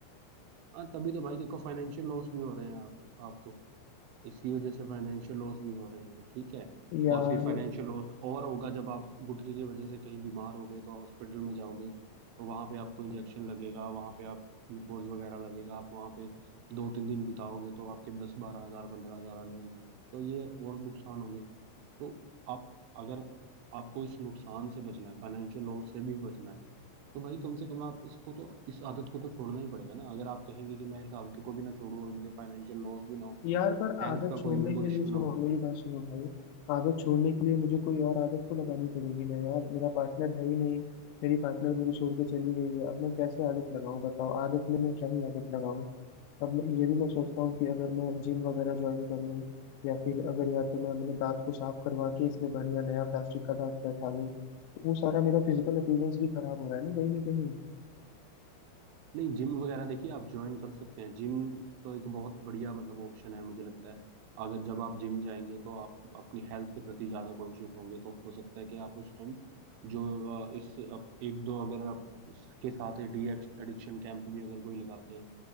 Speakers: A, on the right; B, on the left.
A: हाँ तभी तो भाई देखो फाइनेंशियल लॉस भी हो रहे हैं आप आपको इसी वजह से फाइनेंशियल लॉस भी हो रहे हैं ठीक है
B: यार
A: और फिर फाइनेंशियल लॉस और होगा जब आप गुटखे की वजह से कहीं बीमार हो गए तो हॉस्पिटल में जाओगे तो वहां पे आपको इंजेक्शन लगेगा वहां पे आप ग्लूकोज वगैरह लगेगा आप वहां पे दो तीन दिन बिताओगे तो आपके दस बारह हजार पंद्रह हजार अलग लगेंगे तो ये और नुकसान होंगे तो आप अगर आपको इस नुकसान से बचना है फाइनेंशियल लॉस से भी बचना है तो भाई कम से कम आप इसको तो इस आदत को तो छोड़ना ही पड़ेगा ना अगर आप कहेंगे कि मैं इस आदत को भी ना छोड़ूं और मुझे फाइनेंशियल लॉस भी ना हो
B: यार पर
A: हेल्थ
B: आदत
A: का
B: छोड़ने
A: कोई मेरे को
B: के
A: इश्यू
B: लिए सुनो
A: ना हो
B: मेरी बात सुनो भाई आदत छोड़ने के लिए मुझे कोई और आदत तो लगानी पड़ेगी ना यार मेरा पार्टनर है ही नहीं मेरी पार्टनर मुझे छोड़ के चली गई है अब मैं कैसे आदत लगाऊं बताओ आदत में मैं क्या ही आदत लगाऊं अब मैं- ये भी मैं सोचता हूँ कि अगर मैं जिम वगैरह ज्वाइन कर लूँ या फिर अगर या तो मैं अपने दांत को साफ करवा के इसमें बढ़िया नया प्लास्टिक का दांत बैठा लूँ तो वो सारा मेरा फिजिकल अपीयरेंस भी खराब हो रहा है ना कहीं ना कहीं
A: नहीं जिम वगैरह देखिए आप ज्वाइन कर सकते हैं जिम तो एक बहुत बढ़िया मतलब ऑप्शन है मुझे लगता है अगर जब आप जिम जाएंगे तो आप अपनी हेल्थ के प्रति ज़्यादा कॉन्शियस होंगे तो हो सकता है कि आप उस टाइम जो अ, इस अप- एक दो अगर आप इसके साथ डी एडिक्शन कैंप भी अगर कोई लगाते हैं